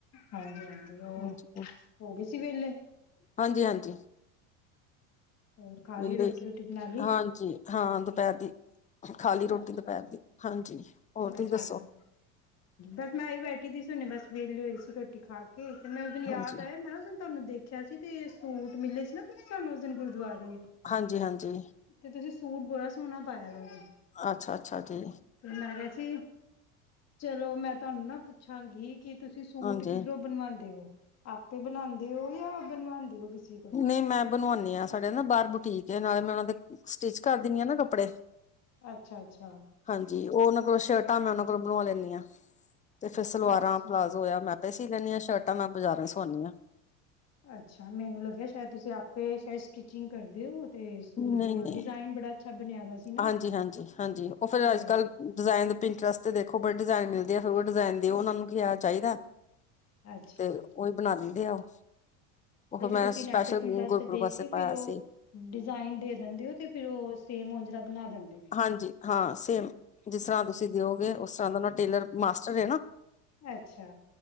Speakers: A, on the left; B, on the left.
A: ਹਾਂਜੀ-ਹਾਂਜੀ, ਹੋਰ
B: ਹਾਂਜੀ
A: ਹੋ ਗਏ ਸੀ ਵਿਹਲੇ।
B: ਹਾਂਜੀ, ਹਾਂਜੀ।
A: ਹੋਰ ਖਾ
B: ਵਿਹਲੀ
A: ਲਈ ਰੋਟੀ ਰੂਟੀ ਬਣਾ ਲਈ
B: ਹਾਂਜੀ। ਹਾਂ ਦੁਪਹਿਰ ਦੀ ਖਾ ਲੀ ਰੋਟੀ
A: ਅੱਛਾ
B: ਦੁਪਹਿਰ ਦੀ ਹਾਂਜੀ ਔਰ ਤੁਸੀਂ
A: ਅੱਛਾ
B: ਦੱਸੋ।
A: ਅੱਛਾ ਬਸ ਮੈਂ ਵੀ ਬੈਠੀ ਸੀ ਹੁਨੇ ਬਸ ਵੇਹਲੀ ਹੋਈ ਸੀ ਰੋਟੀ ਖਾ ਕੇ। ਏ ਮੈਂ ਦਿਨ ਯਾਦ
B: ਹਾਂਜੀ
A: ਆਇਆ ਨਾ ਮੈਂ ਤੁਹਾਨੂੰ ਦੇਖੇ। ਖੇਆ ਸੀ ਤੇ ਸੂਟ ਮਿਲੇ ਸੀ ਨਾ ਤੁਸੀਂ ਸਾਨੂੰ ਉਸ ਦਿਨ ਗੁਰਦੁਆਰੇ।
B: ਹਾਂਜੀ, ਹਾਂਜੀ।
A: ਤੇ ਤੁਸੀਂ ਸੂਟ ਬੜਾ ਸੋਹਨਾ ਪਾਇਆ ਦਾ ਸੀ।
B: ਅੱਛਾ, ਅੱਛਾ ਜੀ
A: ਮੈਂ ਕਿਹਾ ਜੀ ਚਲੋ ਮੈਂ ਤੁਹਾਨੂੰ ਨਾ ਪੁੱਛਾਂਗੀ ਕਿ ਤੁਸੀਂ ਸੂਟ
B: ਹਾਂਜੀ
A: ਕਿੱਧਰੋਂ ਬਨਵਾਂਦੇ ਹੋ ਆਪੇ ਬਨਾਦੇ ਔ ਜਾਂ ਬਨਵਾਂਦੇ ਹੋ ਕਿਸੇ ਕੋਲੋਂ?
B: ਨਹੀਂ ਮੈਂ ਬਨਵਾਂਦੀ ਹਾਂ ਸਾਡੇ ਨਾ ਬਾਹਰ ਬੁਟੀਕ ਐ ਨਾਲੇ ਮੈਂ ਔਨਾਂ ਦੇ ਸਟਿਚ ਕਰ ਦਿੰਦੀ ਆਂ ਨਾ ਕੱਪੜੇ।
A: ਅੱਛਾ, ਅੱਛਾ।
B: ਹਾਂਜੀ ਔਹ ਔਨਾਂ ਕੋਲੋਂ ਸ਼ਰਟਾਂ ਮੈਂ ਔਨਾਂ ਕੋਲੋਂ ਬਨਵਾ ਲੈਂਨੀ ਆਂ। ਤੇ ਫੇਰ ਸਲਵਾਰਾਂ
A: ਅੱਛਾ
B: ਪਲਾਜ਼ੋ ਹੋਇਆ ਮੈਂ ਆਪੇ ਸੀ ਲੈਂਦੀ ਆਂ ਸ਼ਰਟਾਂ ਮੈਂ ਬਾਜ਼ਾਰੋਂ ਸਿਵਾਆਂਦੀ ਆਂ।
A: ਅੱਛਾ ਮੈਨੂੰ ਲੱਗਿਆ ਸ਼ਾਇਦ ਤੁਸੀਂ ਆਪੇ ਸ਼ਾਇਦ ਸਟਿਚਿੰਗ ਕਰਦੇ ਔ। ਤੇ ਸੂਟ
B: ਨਹੀਂ
A: ਬੋਹਤ
B: ਨਹੀਂ
A: ਡਿਜਾਇਨ ਬੜਾ ਅੱਛਾ ਬਨਿਆ ਦਾ ਸੀ। ਨਾ
B: ਹਾਂਜੀ, ਹਾਂਜੀ, ਹਾਂਜੀ ਔਹ ਫੇਰ
A: ਤੇ
B: ਅੱਜ ਕੱਲ। ਡਿਜ਼ਾਇਨ ਦੇ ਪਿੰਟਰਸਟ ਦੇਖੋ ਬੜੀ ਡਿਜ਼ਾਇਨ ਮਿਲਦੀ ਆ ਫੇਰ ਔਹ ਡਿਜ਼ਾਇਨ ਦੇ ਔਹ ਔਨਾ ਨੂੰ ਕਿ ਐ ਚਾਹੀਦਾ।
A: ਅੱਛਾ
B: ਤੇ ਔਹੀ ਬਨਾ ਦਿੰਦੇ ਆ ਉਹ ਫਿਰ
A: ਮਤਲਬ ਕਿ
B: ਮੈਂ
A: ਤੁਸੀਂ
B: ਸਪੈਸ਼ਲ
A: ਨੈਟ ਤੇ ਇੰਟਰਸਟ
B: ਗੁਰਪੁਰ
A: ਦੇਖ
B: ਵਾਸਤੇ
A: ਕੇ ਫਿਰ
B: ਪਾਇਆ
A: ਉਹ
B: ਸੀ
A: ਡਿਜ਼ਾਇਨ ਦੇ ਦਿੰਦੇ ਹੋ ਤੇ ਫਿਰ ਉਹ ਸੇਮ ਉਂਹੋਜਲਾ ਬਣਾ ਦਿੰਦੇ ਹੋ
B: ਹਾਂਜੀ ਹਾਂ ਸੇਮ ਜਿਸ ਤਰ੍ਹਾਂ ਤੁਸੀਂ ਦਿਓਗੇ ਉਸ ਤਰ੍ਹਾਂ ਦਾ ਉਹ ਦਾ ਟੇਲਰ ਮਾਸਟਰ ਏ ਨਾ
A: ਅੱਛਾ